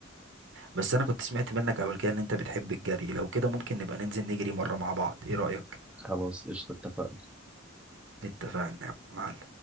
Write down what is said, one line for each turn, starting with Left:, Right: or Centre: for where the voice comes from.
Right: بس انا كنت سمعت منك قبل كده ان انت بتحب الجري لو كده ممكن نبقى ننزل نجري مرة مع بعض ايه رأيك
Centre: خلاص قشطة اتفقنا
Right: اتفقنا يا معلم